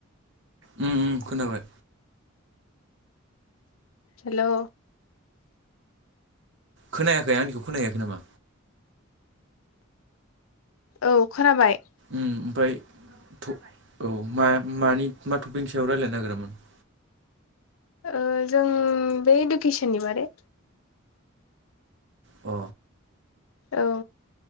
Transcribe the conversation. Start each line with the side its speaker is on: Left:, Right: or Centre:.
Right: उम उम खोनाबाय।
Left: हेल'
Right: खोनायाखै आंनिखौ खोनायाखै नामा?
Left: औ खोनाबाय।
Right: उम ओमफ्राय थ' औ मा मानि मा थपिकनि सायाव रायजलायनो नागिरामोन?
Left: ओ जों बै इडुकेसननि बारै
Right: अ
Left: औ